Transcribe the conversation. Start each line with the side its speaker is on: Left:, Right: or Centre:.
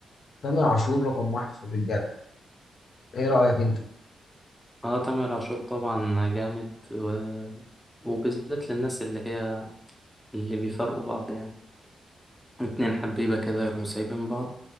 Left: تامر عاشور رقم واحد في الرجاله ايه رايك انت
Centre: اه تامر عاشور طبعا جامد و... وبالذات للناس اللي هي اللي بيفرقوا بعض يعني اتنين حبيبة كده يروحوا سايبين بعض